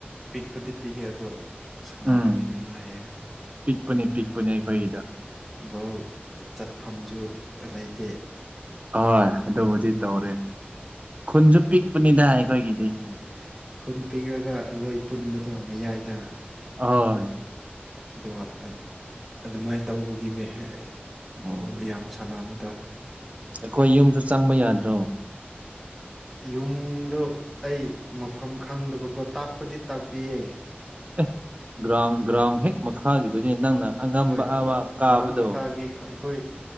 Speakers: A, in the centre; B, on the right (about 35°).
A: ꯄꯤꯛꯄꯗꯤ ꯄꯤꯛꯑꯦ ꯑꯗꯣ ꯁꯥꯟꯅꯕꯗꯤ
B: ꯎꯝ
A: ꯅꯨꯡꯉꯥꯏꯌꯦ
B: ꯄꯤꯛꯄꯅꯦ ꯄꯤꯛꯄꯅꯦ ꯑꯩꯈꯣꯏꯒꯤꯗꯣ
A: ꯕꯣꯜ ꯆꯠꯐꯝꯁꯨ ꯂꯩꯇꯦ
B: ꯍꯣꯏ ꯑꯗꯨꯕꯨꯗꯤ ꯇꯧꯔꯦ ꯈꯨꯟꯁꯨ ꯄꯤꯛꯄꯅꯤꯗ ꯑꯩꯈꯣꯏꯒꯤꯗꯤ
A: ꯎꯝ ꯈꯨꯟ ꯄꯤꯛꯂꯒ ꯂꯣꯏ ꯄꯨꯟꯕꯗꯣ ꯃꯌꯥꯏꯗ
B: ꯑꯣꯏ
A: ꯑꯗꯨꯒ ꯑꯗꯨꯃꯥꯏꯅ ꯇꯧꯕꯒꯤꯅꯦ ꯕꯣꯜ
B: ꯎꯝ
A: ꯌꯥꯝ ꯁꯥꯟꯅꯕ
B: ꯑꯩꯈꯣꯏ ꯌꯨꯝꯁꯨ ꯆꯪꯕ ꯌꯥꯗ꯭ꯔꯣ
A: ꯌꯨꯝꯗ ꯑꯩ ꯃꯐꯝ ꯈꯪꯗꯕꯀꯣ ꯇꯥꯛꯄꯗꯤ ꯇꯥꯛꯄꯤꯌꯦ
B: ꯑꯦ ꯒ꯭ꯔꯥꯎꯟ ꯒ꯭ꯔꯥꯎꯟ ꯍꯦꯛ ꯃꯈꯥꯒꯤꯗꯨꯗꯤ ꯅꯪꯅ ꯑꯉꯝꯕ
A: ꯍꯣꯏ
B: ꯑꯃ ꯀꯥꯕꯗꯣ
A: ꯒ꯭ꯔꯥꯎꯟ ꯃꯈꯥꯒꯤ ꯑꯩꯈꯣꯏ